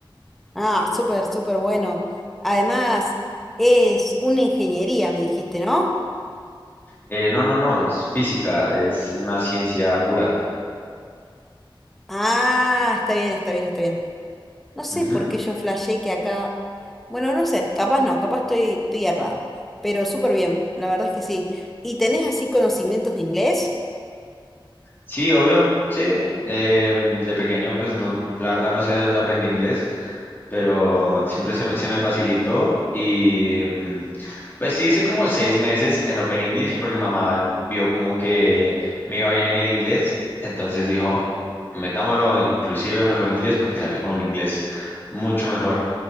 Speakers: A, in the centre; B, on the left.
A: Ah, súper, súper bueno. Además, es una ingeniería, me dijiste, ¿no?
B: Eh, no, no, no, es física, es una ciencia pura.
A: Ah, está bien, está bien, está bien. No sé
B: Ujú.
A: por qué yo flashé que acá... Bueno, no sé, capaz no, capaz estoy, estoy errada. Pero súper bien, la verdad es que sí. ¿Y tenés así conocimientos de inglés?
B: Sí, obvio, sí. Eh, de pequeño, pues no, la verdad no sé de dónde aprendí inglés, pero siempre se me, se me facilitó y mm, pues sí hice como seis meses en Open English porque mamá vio como que me iba bien en el inglés, entonces dijo, metámoslo inclusive a mejor inglés para que salga con un inglés mucho mejor.